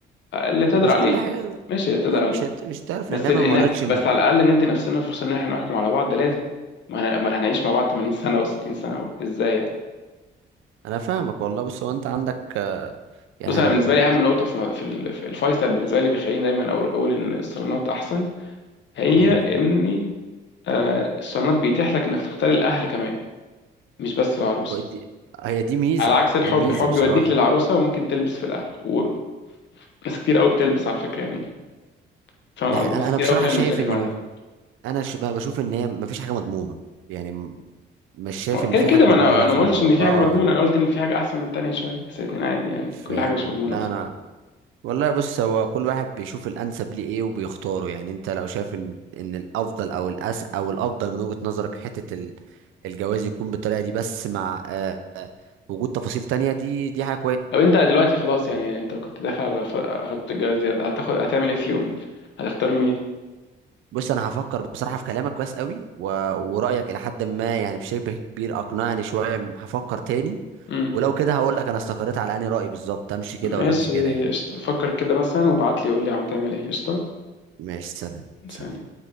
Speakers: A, on the left; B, on the right.
A: اللي تقدر
B: مش
A: عليه
B: كل حاجه
A: ماشي اللي تقدر
B: يعني
A: عليه
B: مش هت... مش هتعرف
A: بس
B: لانها
A: إن
B: ما مرتش مع...
A: بس على الاقل ندي نفسنا فرصه ان احنا نحكم على بعض ده لازم ما ما هنعيش مع بعض 80 سنه و60 سنه و- ازاي يعني؟
B: انا فاهمك والله بس هو انت عندك يعني
A: بص انا
B: انا
A: بالنسبه
B: م-
A: لي اهم نقطه في م- في ال- في الفيصل بالنسبه لي بيخليني دايما أقول أقول ان الصالونات احسن هي
B: م-
A: ان آه، الصالونات بيتيح لك انك تختار الاهل كمان مش بس العروسه
B: دي- هي دي ميزه
A: على عكس الحب
B: دي ميزه
A: الحب
B: بصراحه
A: يوديك للعروسه وممكن تلبس في الاهل وناس كتير قوي بتلبس على فكره يعني فاهم
B: ده
A: قصدي
B: حقيقي.
A: ناس
B: انا
A: كتير
B: انا بصراحه
A: قوي بتعمل
B: شايف
A: مشاكل
B: ان
A: مع الاهل
B: م- انا ش- بقى بشوف ان هي مفيش حاجه مضمونه يعني م- مش شايف
A: ما-
B: ان
A: كده
B: في
A: كده
B: حاجه
A: ما
B: مضمونه
A: انا انا
B: في
A: ما
B: الموضوع
A: قلتش ان في
B: اه
A: حاجه مضمونه
B: يعني
A: انا قلت ان في حاجه احسن من التانيه شويه بس الاتنين عادي يعني
B: فاهم
A: كل حاجه مش مضمونه
B: لا
A: اصلا
B: انا والله بص هو كل واحد بيشوف الانسب ليه ايه وبيختاره يعني انت لو شايف ان ان الافضل او الأس او الافضل من وجهه نظرك حته ال- الجواز يكون بالطريقه دي بس مع آه، آه، وجود تفاصيل تانية دي دي حاجه
A: طب انت دلوقتي خلاص
B: كويسه
A: يعني انت كنت داخل على ف- خط الجواز دي هتاخد هتعمل ايه في يوم هتختار مين
B: بص انا هفكر بصراحه في كلامك كويس قوي و... ورايك الى حد ما يعني بشبه كبير اقنعني شويه هفكر تاني
A: امم
B: ولو كده هقول لك انا استقريت على اني راي بالظبط امشي كده
A: ماشي
B: ولا امشي كده يعني
A: قشطة. فكر كده مثلا وابعت لي قول لي عم تعمل ايه قشطه
B: ماشي سلام سلام
A: سلام.